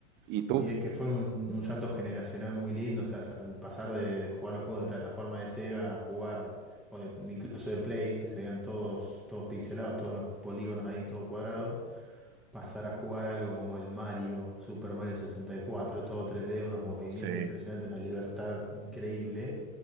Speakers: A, on the right; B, in the centre.
A: ¿Y tú?
B: Y es que fue un, un salto generacional muy lindo, o sea, al pasar de, de jugar los juegos de plataforma de Sega a jugar, o de, incluso de Play, que se veían todos, todos pixelados, todos los polígonos ahí, todo cuadrado, pasar a jugar algo como el Mario, Super Mario sesenta y cuatro, todo tres d unos movimientos
A: Sí,
B: impresionantes, una libertad increíble,